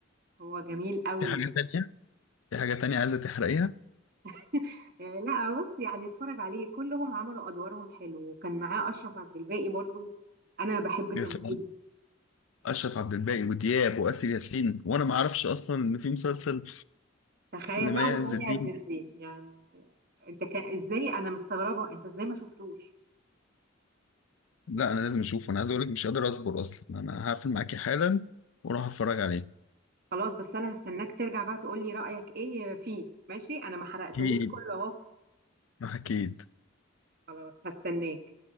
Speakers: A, on the right (about 50°); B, on the left (about 75°).
A: هو جميل قوي
B: في حاجة تانية في حاجة تانية عايزة تحرقيها
A: <laughs> آه، لا بص يعني اتفرج عليه كلهم عملوا ادوارهم حلو وكان معاه اشرف عبد الباقي برضو انا بحب تمثيله
B: يا سلام اشرف عبد الباقي ودياب واسر ياسين وانا ما اعرفش اصلا ان في مسلسل
A: تخيل
B: لمي
A: بقى ومي
B: عز الدين
A: عز الدين يعني انت كان ازاي انا مستغربه انت ازاي ما شفتوش
B: لا انا لازم اشوفه انا عايز اقول لك مش قادر اصبر اصلا انا هقفل معاكي حالا واروح اتفرج عليه
A: خلاص بس انا هستناك ترجع بقى تقول لي رايك ايه فيه ماشي انا ما حرقتهوش
B: اكيد
A: كله اهو
B: اكيد
A: خلاص هستناك